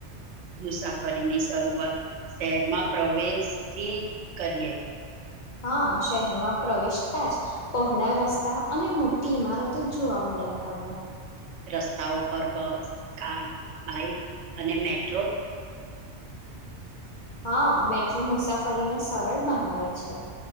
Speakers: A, on the right; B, on the left.
A: મુસાફરીની શરૂઆત શહેરમાં પ્રવેશથી કરીએ.
B: હા શહેરમાં પ્રવેશતા જ પહોળા રસ્તા અને મોટી ઈમારતો જ જોવા મળે. આપણને.
A: રસ્તાઓ પર બસ કાર બાઈક અને મેટ
B: હા મેટ્રો મુસાફરીને સરળ બનાવે છે.